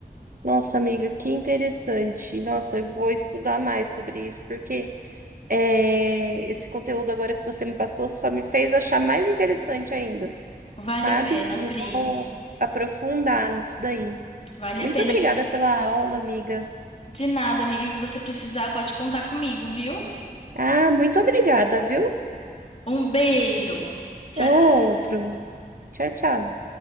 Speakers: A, on the right (about 60°); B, on the left (about 40°).
A: Nossa, amiga, que interessante. Nossa, eu vou estudar mais sobre isso, porque é, esse conteúdo agora que você me passou só me fez achar mais interessante ainda.
B: Vale
A: sabe?
B: a pena,
A: E
B: Pri.
A: eu vou aprofundar nisso daí.
B: Vale
A: Muito
B: a pena.
A: obrigada
B: E que-
A: pela aula, amiga.
B: De nada, amiga, o que você precisar, pode contar comigo, viu?
A: Ah, muito obrigada, viu?
B: Um beijo. Tchau,
A: Outro. Tchau, tchau.